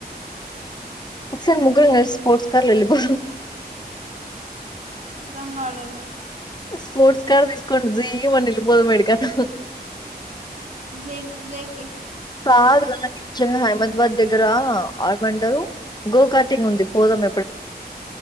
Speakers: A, on the left; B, on the right.
A: ఒకసారి ముగ్గురు నల్సి స్పోర్ట్స్ కార్లు వెలుిపోరు
B: అర్థం కాలేదు
A: స్పోర్ట్స్ కార్ తీసుకుంట జ మం పోదు మేడి కను
B: ద ద
A: కా గచ్చ హైమదబద్ దగ్గర ఆడమంటారు గో కార్టింగ్ ఉంది పోదం